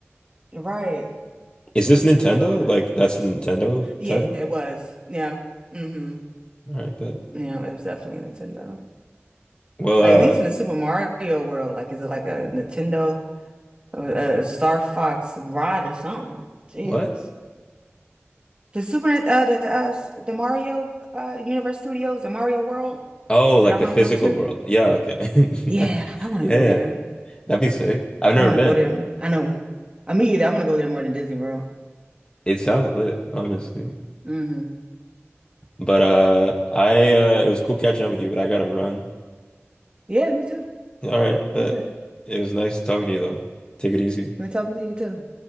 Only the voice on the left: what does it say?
Is
this Nintendo?
Like that's the Nintendo
title?
All right, but
well, uh,
what?
Oh, like
the
physical
world. Yeah, okay. <laughs>
Yeah,
that'd be sick. I've
never
been.
It sounds lit, honestly.
But uh, I uh, it was cool catching up with you, but I gotta run.
All right,
but
it was nice talking to you though. Take it easy.